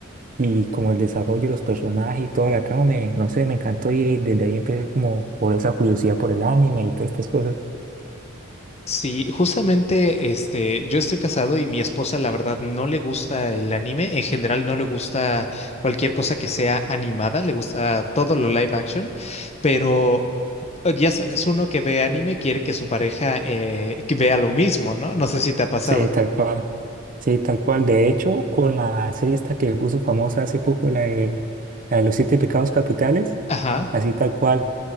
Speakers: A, on the right; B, on the left.
A: y como el desarrollo los personajes y toda la trama me, no sé, me encantó y desde ahí empecé como por esa curiosidad por el anime y todas estas cosas.
B: Sí, justamente, este, yo estoy casado y mi esposa, la verdad, no le gusta el anime. En general, no le gusta cualquier cosa que sea animada. Le gusta todo lo live action, pero oh, ya sabes, uno que ve anime quiere que su pareja eh, que vea lo mismo, ¿no? No sé si te ha pasado.
A: Sí, tal cual. Sí, tal cual. De hecho, con la serie esta que puso famosa hace poco, la de, la de los siete pecados capitales,
B: Ajá.
A: así tal cual,